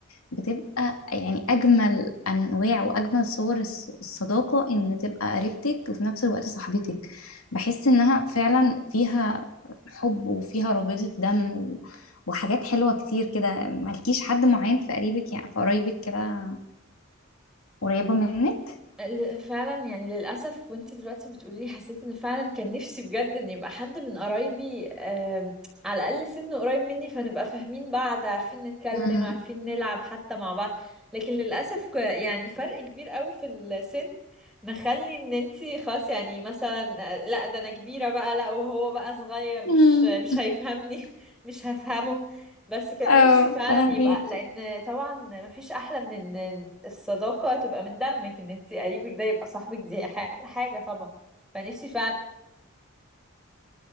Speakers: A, on the left (about 75°); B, in the centre.
A: بتبقى يعني أجمل أنواع وأجمل صور الص- الصداقة إن تبقى قريبتك وفي نفس الوقت صاحبتك بحس إنها فعلا فيها حب وفيها رابطة دم و... وحاجات حلوة كتير كده مالكيش حد معين في قريبك يعني في قرايبك كده قريبة منك
B: ل- فعلا يعني للأسف وانتي دلوقتي بتقولي لي حسيت ان فعلا كان نفسي بجد ان يبقى حد من قرايبي آم، على الأقل سنه قريب مني فنبقى فاهمين بعض عارفين نتكلم
A: امم
B: عارفين نلعب حتى مع بعض لكن للأسف ك- يعني فرق كبير قوي في السن مخلي ان انتي خلاص يعني مثلا آه، لا ده انا كبيرة بقى لا وهو بقى صغير مش
A: امم
B: مش هيفهمني <laughs> مش هفهمه بس كان
A: اه
B: نفسي فعلا
A: فاهمك
B: يبقى لان طبعا مفيش احلى من ان الصداقة تبقى من دمك ان انتي قريبك ده يبقى صاحبك دي ح- حاجة طبعا فنفسي فعلا